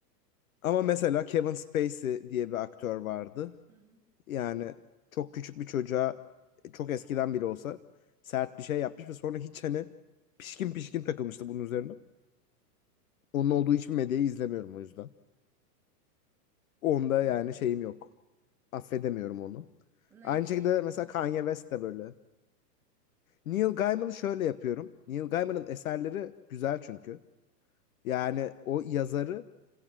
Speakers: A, on the left (about 55°); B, in the centre.
A: Ama mesela Kevin Spacey diye bir aktör vardı.
B: Hı hı.
A: Yani çok küçük bir çocuğa çok eskiden bile olsa sert bir şey yapmış ve sonra hiç hani pişkin pişkin takılmıştı bunun üzerine. Onun olduğu hiçbir medyayı izlemiyorum o yüzden. Onda
B: Evet.
A: yani şeyim yok. affedemiyorum onu.
B: Neil
A: Aynı şekilde
B: Gaiman
A: mesela
B: da geçerli.
A: Kanye West de böyle. Neil Gaiman'ı şöyle yapıyorum. Neil Gaiman'ın eserleri güzel çünkü. Yani o yazarı